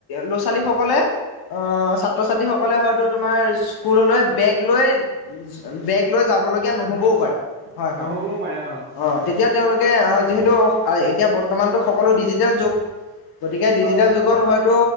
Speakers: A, on the left (about 65°); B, on the right (about 25°).
A: ল'ৰা ছোৱালী সকলে অঁ ছাত্ৰ ছাত্ৰীসকলে হয়তো তোমাৰ স্কুললৈ বেগ লৈ বেগ লৈ যাবলগীয়া নহ'বও পাৰে, হয়
B: নহ'বও
A: হয়।
B: পাৰে অ
A: অঁ তেতিয়া তেওঁলোকে অঁহ যিহেতু এতিয়া বৰ্তমানতো সকলো ডিজিটেল যুগ। গতিকে ডিজিটেল
B: হয়
A: যুগত হয়তো